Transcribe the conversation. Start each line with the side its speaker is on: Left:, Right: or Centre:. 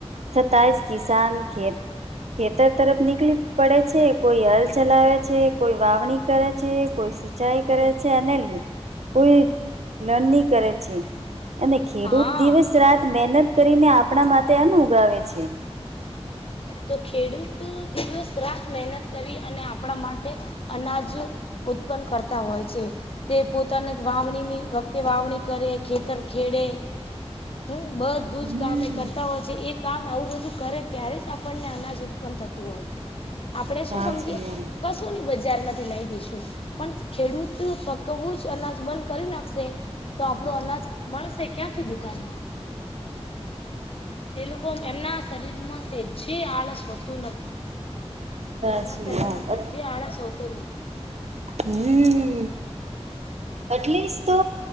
Right: થતાશ કિસાન ખેત ખેતર તરફ નીકલી પડે છે, કોઈ હલ ચલાવે છે, કોઈ વાવણી કરે છે, કોઈ સી સિંચાઈ કરે છે, અને કુલ નની કરે છે, અને ખેડૂત
Left: હા
Right: દિવસ રાત મહેનત કરીને આપણા માટે અન્ન ઉગાવે છે.
Left: તો ખેડૂત દિવસ રાત મહેનત કરી, અને આપણા માટે અનાજ ઉત્પન્ન કરતા હોય છે. તે પોતાને વાવણીની વખતે વાવણી કરે, ખેતર ખેડે હમ્મ બધું
Right: હમ્મ
Left: જ કામ એ કરતા હોય છે, એ કામ આવું બધું કરે ત્યારે જ આપણને અનાજ ઉત પન થતું હોય છે, આપડે
Right: સાચી
Left: શું સમજીયે
Right: વાત
Left: કસ તુ ની બજારમાંથી લાઈ દેશું, પણ ખેડૂત પકવવુંજ અનાજ બંધ કરી નાખશે તો આપડું અનાજ મળશે ક્યાંથી દુકાનમાં? એલોકો એમના શરીરમાં સેજે આળસ હોતું નથી.
Right: સાચી
Left: તેમના શરીરમાં
Right: વાત
Left: સેજેે આળસ હોતો નથી.
Right: હમ્મ એટલીસ્ટ તો